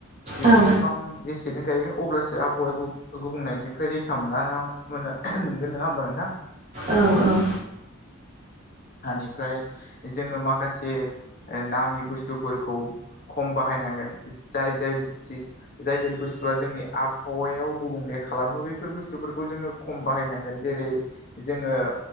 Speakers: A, on the left; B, on the right.
A: बिफां
B: औ
A: लाइफां आं जेसेनो गायो अब्लासो आबहावाया गुबुंनायनिफ्राय रैखा मोना मोनो मोनगोन नङा होमबा नोंथां?
B: औ औ
A: हानिफ्राय जोङो माखासे नाङि बुस्थुफोरखौ खम बाहायनांगोन जाय जाय जाय जाय बुस्थुआ जोंनि आबहावायाव गुबुंले खालामो बैफोर बुस्थुफोरखौ जोङो खम बाहायखौ जोङो